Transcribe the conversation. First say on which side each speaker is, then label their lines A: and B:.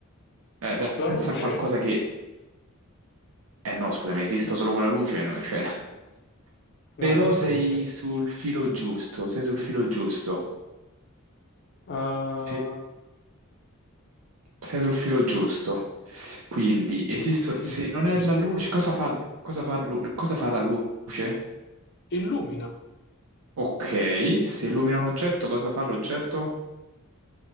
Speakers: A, on the right; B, on the left.
A: Eh, beh,
B: la
A: pensa
B: luce.
A: a qualcosa che... Eh no, scusami, esisto solo con la luce, no, cioè... <laughs> Però
B: Ah, giustamente.
A: sei sul filo giusto, sei sul filo giusto.
B: Ah,
A: Se- Sei sul filo giusto. Quindi, esisto...
B: esisto
A: Se non è
B: solo...
A: la luce,
B: se-
A: cosa fa, cosa fa lu- cosa fa la luce?
B: Illumina.
A: Ok, se illumina un oggetto, cosa fa l'oggetto?